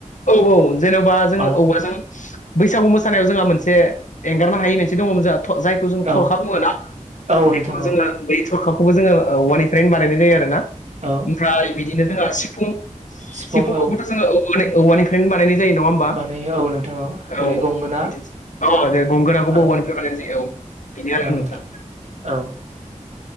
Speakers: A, on the left (about 70°); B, on the right (about 65°).
A: औ औ जेनेबा जोङो
B: औ
A: औवाजों बैसागु मोसानायाव जोंहा मोनसे एंगारनो हायि मोनसे दङमोन जोहा थ जायखौ जों थरखा
B: औ
A: बुङोना।
B: औ
A: बेखौनो
B: नोंथां
A: जोङो
B: औ
A: बै थरखाखौबो जोङो औवानिफ्रायनो बानायनाय जायो आरोना।
B: औ
A: ओमफ्राय बिदिनो जोंहा सिफुं
B: सिफुं
A: सिफुंफोरखौथ'
B: औ
A: जोंङो औवानि औवानिफ्रायनो बानायनाय जायो नङा बा
B: बानायो औ नोंथां जेरै
A: औ औ
B: गंगोना
A: जेरै गंगोनाखौबो
B: औ
A: औवानिफ्राय बानायनाय औ। बिदि आरो
B: औ
A: नोंथां।
B: औ।